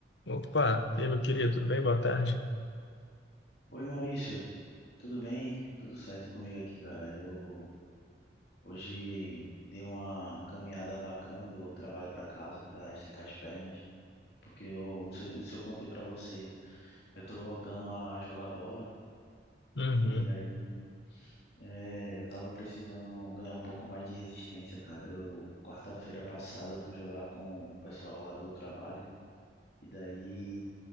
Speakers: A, on the left; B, on the left.
A: Opa, e aí, meu querido, tudo bem? Boa tarde.
B: Oi Maurício, tudo bem? Tudo certo comigo aqui, cara. Eu hoje dei uma caminhada bacana do trabalho para casa para esticar as pernas, porque eu não sei se se eu contei para você, eu tô voltando a jogar bola
A: Uhum.
B: e daí é, eu tava precisando ganhar um pouco mais de resistência, cara. Eu quarta-feira passada eu fui jogar com o pessoal lá do trabalho e daí